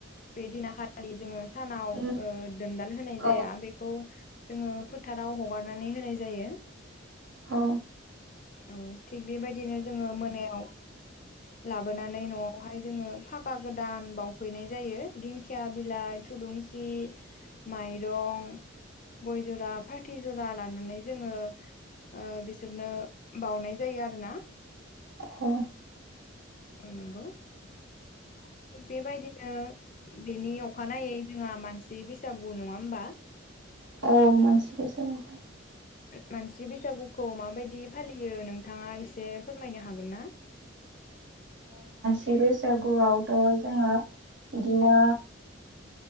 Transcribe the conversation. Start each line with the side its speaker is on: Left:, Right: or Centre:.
Left: बे दिना खालि जोङो सानाव
Right: औ
Left: ओ दोनदाल होनाय
Right: औ
Left: जाया बेखौ जोङो फोथाराव हगारनानै होनाय जायो।
Right: औ।
Left: औ थिग बेबायदिनो जोङो मोनायाव लाबोनानै न'आवहाय जोङो फाखा गोदान बावफैनाय जायो दिंखिया बिलाइ थुलुंसि माइरं गय जरा फाथै जरा लानानै जोङो ओ बिसोरनो बउनाय जायो आरो ना।
Right: औ।
Left: अ नंगौ। थिग बेबायदिनो बेनि अखानायै जोंहा मानसि बैसागु नङा होमबा
Right: औ मानसि बैसागु।
Left: मानसि बैसागुखौ माबायदि फालियो नोंथाङा एसे फोरमायनो हागोन ना?
Right: थि बैसागुआवथ' जोङो इदिनो